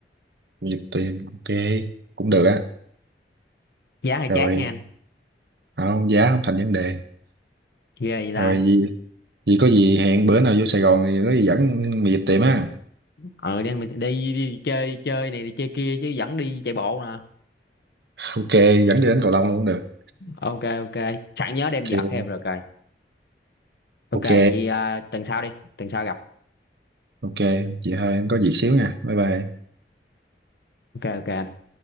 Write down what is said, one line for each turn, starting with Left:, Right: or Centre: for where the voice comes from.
Right: Mình tìm ok cũng được á
Left: giá hơi
Right: rồi
Left: chát nha anh
Right: à, không giá không thành vấn đề
Left: ghê vậy ta
Right: rồi gì Vì có gì hẹn bữa nào vô Sài Gòn thì có gì dẫn mày dịp tiệm á.
Left: ờ đi, ăn đi, đi chơi chơi này đi chơi kia chứ vẫn đi chạy bộ nè
Right: Ok, dẫn đi đến cầu lông luôn cũng được.
Left: ok ok sẵn nhớ đem
Right: Ok,
Left: vợt theo rồi coi ok
Right: ok,
Left: vậy à, tuần sau đi tuần sau gặp
Right: ok. Chị hơi em có việc xíu nha. Bye bye.
Left: ok ok anh